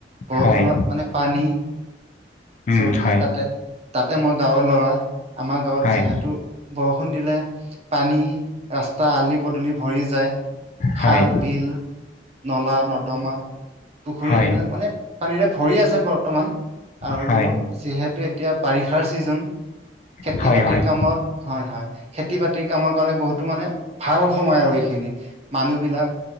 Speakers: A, on the right; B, on the left.
A: বৰষুণত
B: হয়
A: মানে পানী
B: উম
A: চৌদিশে
B: হয়
A: তাতে। তাতে মই গাঁৱৰ ল'ৰা, আমাৰ গাঁৱত
B: হয়
A: যিহেতু বৰষুণ দিলে পানী ৰাস্ত ৰাস্তা আলি পদূলি ভৰি যায়,
B: হয়
A: খাল, বিল, নলা, নৰ্দমা পুখুৰী
B: হয়
A: এইবিলাক মানে পানীৰে ভৰি আছে বৰ্তমান। আৰু
B: হয়
A: যিহেতু এতিয়া বাৰিষাৰ ছিজন। খেতি
B: হয়
A: বাতিৰ কামত
B: হয়
A: হয় হয়। খেতি বাতিৰ কামৰ কাৰণে বহুতো মানে ভাল সময় আৰু এইখিনি। মানুহ বিলাক